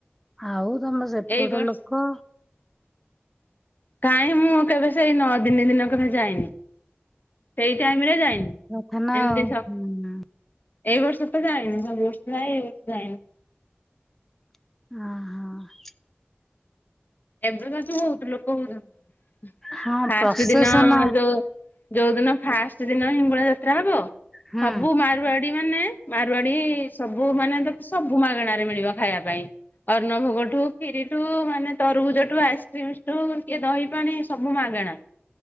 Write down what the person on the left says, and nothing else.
ଏଇ ବର୍ଷ
କାହିଁ ମୁଁ କେବେ ସେଇ ନଅ ଦିନି ଦିନ କେବେ ଯାଇନି। ସେଇ ଟାଇମ ରେ ଯାଇନି।
ଏମିତି
ସ
ଏଇ ବର୍ଷ ତ ଯାାଇନି, ସବୁ ବର୍ଷ ଯାଏ, ଏଇ ବର୍ଷ ଯାଇନ।
ଏବେ ସେଠି ବହୁତ ଲୋକ ହଉଛନ,
ଫାଷ୍ଟ
ଦିନ ଯୋଉ ଯୋଉ ଦିନ ଫାଷ୍ଟ ଦିନ ହିଙ୍ଗୁଳା ଯାତ୍ରା ହବ,
ସବୁ ମାରୁଆଡି ମାନେ ମାରୂଆଡି ସବୁ ମାନେ ତ ସବୁ ମାଗଣାରେ ମିଳିବ ଖାଇବା ପାଇଁ। ଅର୍ଣ ଭୋଗଠୁ କ୍ଷିରୀଠୁ ମାନେ ତାରବୁଜ ଠୁ ଆଇସ୍କ୍ରିମ ଠୁ କିଏ ଦହି ପାଣି ସବୁ ମାଗଣା।